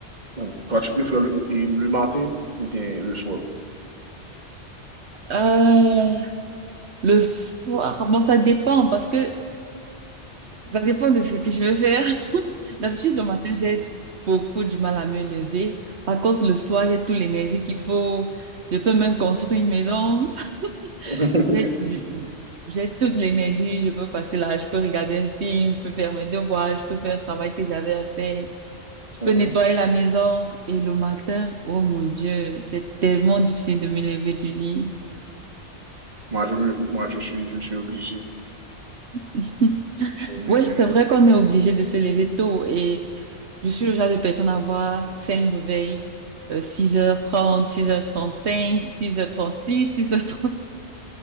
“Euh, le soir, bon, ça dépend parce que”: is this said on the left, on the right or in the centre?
Right